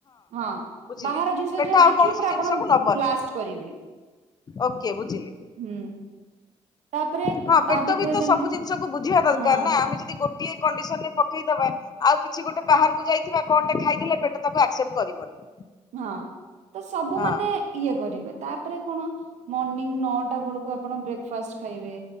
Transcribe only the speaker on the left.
ବୁଝିଲି
ପେଟ
ଆଉ
କୌଣସି ଜିନିଷକୁ
ନବନି
ଓକେ ବୁଝିଲି।
ହଁ
ପେଟ
ବି ତ
ସବୁ ଜିନିଷକୁ ବୁଝିବା ଦରକାର
ନା। ଆମେ ଯଦି ଗୋଟିଏ କଣ୍ଡିସନ ରେ ପକେଇଦବା ଆଉ କିଛି ଗୋଟେ ବାହାରକୁ ଯାଇଥିବା କଣଟେ ଖାଇଲେ ପେଟ ତାକୁ ଆକ୍ସେପ୍ଟ କରିବନି।
ହଁ